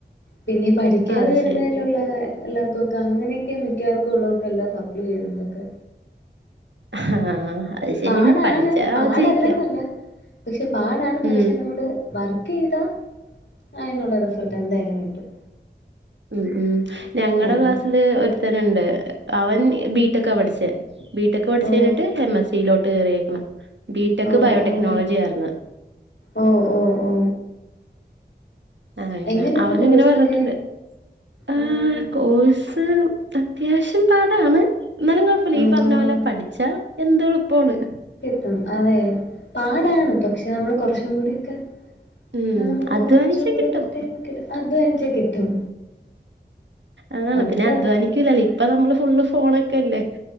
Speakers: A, on the left; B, on the right.
A: പിന്നെ പഠിക്കാതെ
B: അത്
A: വരുന്നതിലുള്ള
B: ശരി
A: എല്ലാവർക്കും ഒക്കെ അങ്ങനെയൊക്കെ മിക്കവാർക്കുംള്ളവർക്കേല്ലാം സപ്ലി ചെയ്യുന്നതക്കെ
B: ആഹ് അത് ശരിയാണ്
A: പാടാണ്
B: പഠിച്ചാ
A: പാടല്ലെന്നല്ല
B: ജയിക്കാ
A: പക്ഷെ പാടാണ് പക്ഷെ
B: ഉം
A: നമ്മള് വർക്ക് ചെയ്താ അയിതിനുള്ള റിസൾട്ട് എന്തായാലും കിട്ടും
B: ഉം ഉം ഞങ്ങടെ
A: എൽ
B: ക്ലാസ്സില് ഒരു ത്തനുണ്ട് അവൻ ബിടെക്കാ പഠിച്ചേ ബിടെക് പഠിച്ചു
A: ഓ
B: കഴിഞ്ഞിട്ട് എം എസ് സിയിലോട്ട് കയറിയേക്കണ് ബിടെക്
A: ഓ
B: ബയോടെക്നോളജി
A: ഓ
B: ആയിരുന്നു
A: ഓ ഓ ഓ ഓ
B: ആ അയിനാ
A: എങ്ങനെയുണ്ട്
B: അവൻ
A: കോഴ്സൊക്കെ
B: ഇങ്ങനെ പറഞ്ഞിട്ടുണ്ട് ആ
A: ഉം
B: കോഴ്സ് അത്യാവശ്യം പാടാണ് എന്നാലും കുഴപ്പില്ല
A: ആഹ്
B: ഈ പറഞ്ഞ പോലെ പഠിച്ചാ എന്തും എളുപ്പമാണ്
A: അഹ് അതെ പാടാണ് പക്ഷെ നമ്മള് കുറച്ചും കൂടിക്കെ
B: ഉം
A: ആ നമ്മള്
B: അധ്വാനിച്ചാ
A: കുറച്ചും കൂടെ
B: കിട്ടും
A: ടൈംക്കെട്ട അദ്ധ്വാനിച്ചാ കിട്ടും
B: അതാണ്
A: ഒട്ടും
B: പിന്നെ അധ്വാനിക്കുലല്ലേ
A: അധ്വാ
B: ഇപ്പ നമ്മള് ഫുള്ള് ഫോണൊക്കെല്ലേ